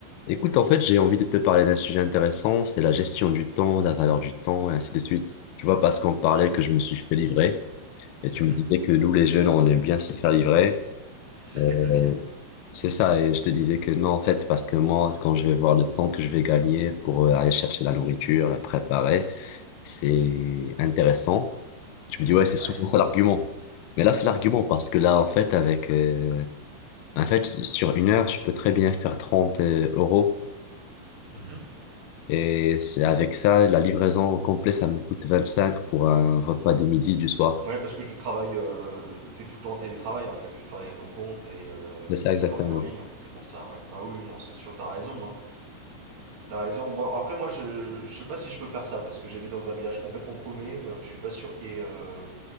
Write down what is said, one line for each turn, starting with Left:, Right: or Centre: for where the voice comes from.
Left: Écoute, en fait, j'ai envie de te parler d'un sujet intéressant, c'est la gestion du temps, la valeur du temps, et ainsi de suite. Tu vois, parce qu'on parlait que je me suis fait livrer, et tu
Right: Mhm.
Left: me disais que nous, les jeunes, on aime bien se faire livrer.
Right: C'est
Left: Euh,
Right: le cas de lire.
Left: c'est ça, et je te disais que non, en fait, parce que moi, quand je vais voir le temps que je vais gagner pour euh, aller chercher la nourriture, la préparer, c'est intéressant. Tu me dis, ouais, c'est souvent
Right: Ouais.
Left: ça l'argument. Mais là, c'est l'argument parce que là, en fait, avec, euh, en fait, sur une heure, je peux très bien faire 30 euros.
Right: Mhm.
Left: Et c'est avec ça, la livraison au complet, ça me coûte 25 pour un repas de midi du soir.
Right: Ouais, parce que tu travailles, euh, t'es tout le temps en télétravail en fait, tu travailles à ton compte et euh,
Left: C'est ça exactement.
Right: tu travailles en ligne en fait, c'est pour ça, ouais. Bah oui, non, c'est sûr, t'as raison, hein. T'as raison. Moi, après, moi, je, je sais pas si je peux faire ça parce que j'habite dans un village complètement paumé, euh, je suis pas sûr qu'il y ait, euh,